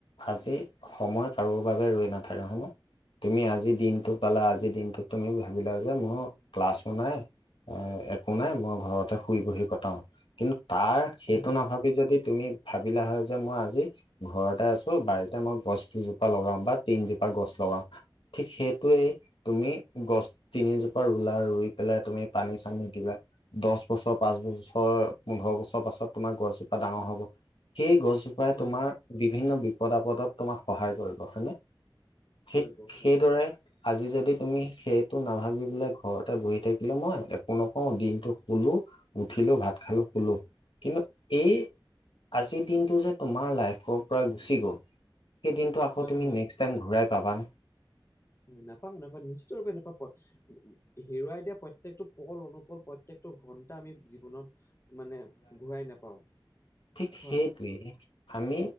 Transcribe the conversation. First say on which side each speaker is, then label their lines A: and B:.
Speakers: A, on the left; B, on the left.
A: আজি সময় কাৰো বাবে ৰৈ নাথাকে হয়নে। তুমি আজি দিনটো পালা আজিৰ দিনটোত তুমি ভাবিলা যে মোৰ ক্লাছ নাই। অ, একো নাই মই ঘৰতে শুই বহি কটাও কিন্তু তাৰ সেইটো
B: উম, হম,
A: নাভাবি যদি তুমি ভাবিলা হয়। যে মই আজি ঘৰতে আছো বাৰীতে মই গছ দুজোপা লগাও বা তিনজোপা গছ লগাও। ঠিক সেইটোৱেই। তুমি গছ তিনিজোপা ৰুলা ৰুই পেলাই তুমি পানী- চানী দিলা। দহ বছৰ, পাঁচ বছৰ, পোন্ধৰ বছৰ পাছত তোমাৰ গছজোপা ডাঙৰ হ'ব সেই গছ জোপাই
B: হয়
A: তোমাৰ বিভিন্ন বিপদ আপদত তোমাক সহায় কৰিব হয়নে? ঠিক
B: কৰিব হয়
A: সেইদৰে। আজি যদি তুমি সেইটো নাভাবি বোলে ঘৰতে বহি থাকিলে মই একো নকওঁ দিনটো শুলো। উঠিলো ভাত খালো, শুলো কিন্তু এই আজিৰ দিনটো যে তোমাৰ লাইফৰ পৰা গুচি গ'ল সেই দিনটো আকৌ
B: হয়
A: তুমি
B: হয়
A: নেক্সট টাইম ঘূৰাই পাবানে?
B: নাপাও, নাপাও নিশ্চিতভাৱে নাপাং। হেৰুৱাই দিয়া প্ৰত্যেকটো পল, অনুপল প্ৰত্যেকটো ঘণ টা আমি জীৱনত মানে ঘূৰাই নাপাওঁ
A: ঠিক
B: হয়।
A: <unintelligible> আমি।